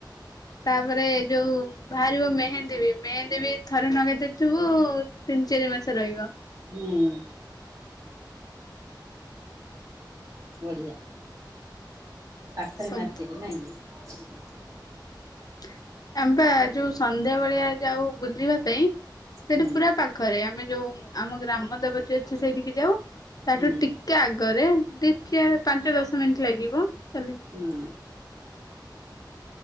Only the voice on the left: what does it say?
ତାପରେ ଯୋଉ ବାହାରିବ ମେହେନ୍ଦୀ ବି ମେହେନ୍ଦୀ ବି ଥରେ ନଗେଇ ଦେଇଥିବୁ ତିନି ଚାରି ମାସ ରହିବ।
ଶବ୍ଦ
<inaudible> ଆମ୍ ପା ଯୋଉ ସନ୍ଧ୍ୟା ବଳିଆ ଯାଉ ବୁଲିବା ପାଇଁ ସେଠି
ପୁରା ପାଖରେ ଆମେ ଯୋଉ ଆମ ଗ୍ରାମ ଦେବତୀ ଅଛି ସେଇଠିକି ଯାଉ। ତାଠୁ
ଟିକେ ଆଗରେ ଦିି ଚାର୍ ପାଞ୍ଚ ଦଶ ମିନଟି ଲାଗିବ। ଚାଲି